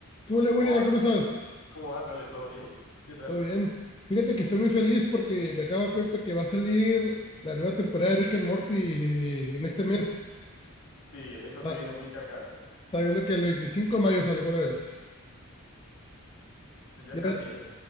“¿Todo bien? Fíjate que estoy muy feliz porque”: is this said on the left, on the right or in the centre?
Left